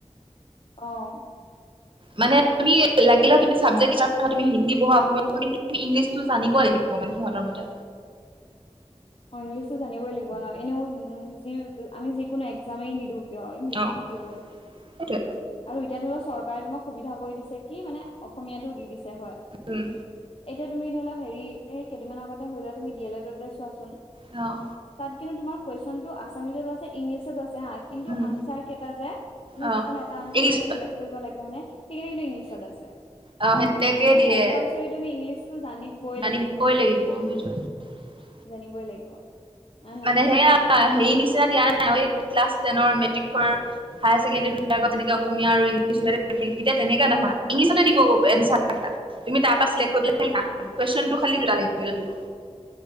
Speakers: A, on the left; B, on the right.
A: অ',
B: মানে তুমি লাগিলে তুমি চাবজেক্ট টিচাৰ পাবা তুমি হিন্দী পঢ়া অসমীয়া পঢ়া কিন্তু তুমি ইংলিছটো জানিব লাগিব। <unintelligible> সিহঁতৰ মতে।
A: অ', ইংলিছটো জানিবই লাগিব ন' এনেও উম, যি আমি যিকোনো এক্সামেই নিদো। কিয় ইংলিছটো
B: অ'
A: থাকিবই,
B: সেইটোৱে
A: আৰু এতিয়া ধৰা চৰকাৰে তোমাক সুবিধা কৰি দিছে কি মানে অসমীয়াতটো দি দিছে হয়।
B: উম
A: এতিয়া তুমি ধৰি লোৱা হেৰি এই কেইদিনমান আগতে হেয়া তুমি ডি এল এডতে চোৱাচোন।
B: অঁ
A: তাত কিন্তু তোমাৰ কুৱেশনটো আছামিজতো আছে ইংলিছতো আছে হা। কিন্তু
B: উম,
A: আনচাৰ কেইটা যে মানে
B: অ'
A: যিকোনো এটা আনচাৰ
B: ইংলিছত
A: হলে চেক্ট কৰিব লাগে হয়ানে সেইকেইটা কিন্তু ইংলিছত আছে।
B: অ' সেনেকে
A: মানে
B: দিয়ে
A: কম্পালচৰি তুমি ইংলিছটো জানিবই
B: জানিবই
A: লাগিব।
B: লাগিব <inaudible>
A: জানিবই লাগিব। আ নাজানিলে
B: মানে সেয়া হেৰি নিচিনা দিয়া নাই ক্লাছ টেনৰ মেট্ৰিকৰ। হায়াৰ ছেকেণ্ডাৰী বিভাগৰ তেনেকে অসমীয়া আৰু ইংলিছ তেনেকে নহয়, ইংলিছতে দিব আচাৰ কেইটা। তুমি তাৰ পৰা চিলেক্ট কৰিব কুৱেচনটো খালি দুটা লেংগুৱেজত দিব